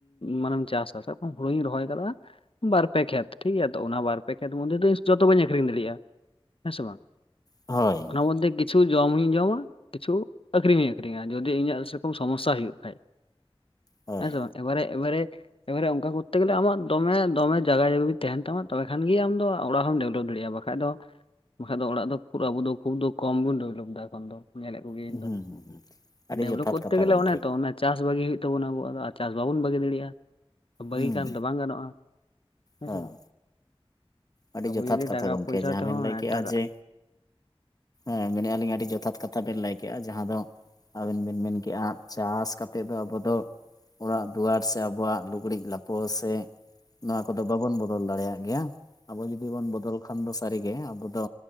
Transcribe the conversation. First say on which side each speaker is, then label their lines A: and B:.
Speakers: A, on the left; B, on the left.
A: ᱢᱟᱱᱮᱢ ᱪᱟᱥᱟ ᱥᱟᱵ ᱠᱟᱜ ᱢᱮ ᱦᱩᱲᱩᱧ ᱨᱚᱦᱚᱭ ᱟᱠᱟᱫᱟ ᱵᱟᱨ ᱯᱮ ᱠᱷᱮᱛ ᱴᱷᱤᱠ ᱜᱮᱭᱟ ᱛᱚ ᱚᱱᱟ ᱵᱟᱨ ᱯᱮ ᱠᱷᱮᱛ ᱢᱚᱫᱽᱫᱷᱮ ᱫᱚ ᱡᱚᱛᱚ ᱵᱟᱹᱧ ᱟᱠᱷᱨᱤᱧ ᱫᱟᱲᱮᱭᱟᱜᱼᱟ ᱦᱮᱸ ᱥᱮ ᱵᱟᱝ
B: ᱦᱳᱭ
A: ᱚᱱᱟ ᱢᱚᱫᱷᱮ ᱠᱤᱪᱷᱩ ᱡᱚᱢ ᱦᱚᱸᱧ ᱡᱚᱢᱟ ᱠᱤᱪᱷᱩ ᱟᱹᱠᱷᱨᱤᱧ ᱦᱚᱸᱧ ᱟᱹᱠᱷᱨᱤᱧᱟ ᱡᱩᱫᱤ ᱤᱧᱟᱹᱜ ᱥᱮᱨᱚᱠᱚᱢ ᱥᱚᱢᱚᱥᱟ ᱦᱩᱭᱩᱜ ᱠᱷᱟᱡ
B: ᱦᱳᱭ
A: ᱦᱮᱸ ᱥᱮ ᱵᱟᱝ ᱮᱵᱟᱨᱮ ᱮᱵᱟᱨᱮᱼᱼ ᱮᱵᱟᱨᱮ ᱚᱱᱠᱟ ᱠᱚᱨᱛᱮ ᱜᱮᱞᱮ ᱟᱢᱟᱜ ᱫᱚᱢᱮ ᱫᱚᱢᱮ ᱡᱟᱭᱜᱟ ᱡᱚᱢᱤ ᱛᱟᱦᱮᱱ ᱛᱟᱢᱟ ᱛᱚᱵᱮ ᱠᱷᱟᱱ ᱜᱮ ᱟᱢ ᱫᱚ ᱚᱲᱟᱜ ᱦᱚᱢ ᱰᱮᱵᱷᱞᱚᱯ ᱫᱟᱲᱮᱭᱟᱜᱼᱟ ᱵᱟᱠᱷᱟᱱᱼᱼ ᱵᱟᱠᱷᱟᱡ ᱫᱚ ᱵᱟᱠᱷᱟᱡ ᱫᱚ ᱚᱲᱟᱜ ᱫᱚ ᱯᱩᱨᱟ ᱟᱵᱚ ᱫᱚ ᱠᱷᱩᱵ ᱫᱚ ᱠᱚᱢ ᱵᱚᱱ ᱰᱮᱵᱷᱞᱚᱯ ᱮᱫᱟ ᱮᱠᱷᱚᱱ ᱫᱚ ᱧᱮᱞᱮᱫ ᱠᱚ ᱜᱮᱭᱟᱹᱧ
B: ᱦᱩᱸ
A: ᱛᱚ
B: ᱦᱩᱸ ᱦᱩᱸ ᱟᱹᱰᱤ
A: ᱰᱮᱵᱷᱞᱚᱯ
B: ᱡᱚᱛᱷᱟᱛ
A: ᱠᱚᱨᱛᱮ
B: ᱠᱟᱛᱷᱟ
A: ᱜᱮᱞᱮ
B: ᱜᱚᱢᱠᱮ
A: ᱚᱱᱮ ᱛᱚ ᱚᱱᱮᱼᱼ ᱪᱟᱥ ᱵᱟᱹᱜᱤ ᱦᱩᱭᱩᱜ ᱛᱟᱵᱚᱱᱟ ᱟᱵᱚᱣᱟᱜ ᱫᱚ ᱟᱨ ᱪᱟᱥ ᱵᱟᱵᱚᱱ ᱵᱟᱹᱜᱤ ᱫᱟᱲᱮᱭᱟᱜᱼᱟ ᱵᱟᱹᱜᱤ
B: ᱦᱩᱸ
A: ᱠᱷᱟᱱ ᱫᱚ ᱵᱟᱝ ᱜᱟᱱᱚᱜᱼᱟ ᱦᱮᱸ
B: ᱦᱳᱭ
A: ᱥᱮ ᱵᱟᱝ?
B: ᱟᱹᱰᱤ
A: ᱟᱵᱚ
B: ᱡᱚᱛᱷᱟᱛ
A: ᱡᱩᱫᱤ
B: ᱠᱟᱛᱷᱟ
A: ᱴᱟᱠᱟ
B: ᱜᱚᱢᱠᱮ
A: ᱯᱚᱭᱥᱟ
B: ᱡᱟᱦᱟᱸ
A: ᱛᱮᱦᱚᱸ
B: ᱵᱮᱱ ᱞᱟᱹᱭ
A: ᱮᱴᱟᱜᱟᱜ
B: ᱠᱮᱜᱼᱟ ᱡᱮ ᱦᱮᱸ ᱢᱮᱱᱮ ᱟᱞᱤᱧ ᱟᱹᱰᱤ ᱡᱚᱛᱷᱟᱛ ᱠᱟᱛᱷᱟ ᱵᱮᱱ ᱞᱟᱹᱭ ᱠᱮ-ᱟ ᱡᱟᱦᱟᱸ ᱫᱚ ᱟᱵᱮᱱ ᱵᱮᱱ ᱢᱮᱱ ᱠᱮᱜᱼᱟ ᱪᱟᱥ ᱠᱟᱛᱮᱫ ᱫᱚ ᱟᱵᱚ ᱫᱚ ᱚᱲᱟᱜ ᱫᱩᱣᱟᱹᱨ ᱥᱮ ᱟᱵᱚᱣᱟᱜ ᱞᱩᱜᱲᱤᱡ ᱞᱟᱯᱚ ᱥᱮ ᱱᱚᱣᱟ ᱠᱚᱫᱚ ᱵᱟᱵᱚᱱ ᱵᱚᱫᱚᱞ ᱫᱟᱲᱮᱭᱟᱜ ᱜᱮᱭᱟ, ᱟᱵᱚ ᱡᱩᱫᱤ ᱵᱚᱱ ᱵᱚᱫᱚᱞ ᱠᱷᱟᱱ ᱫᱚ ᱥᱟᱹᱨᱤ ᱜᱮ ᱟᱵᱚ ᱫᱚ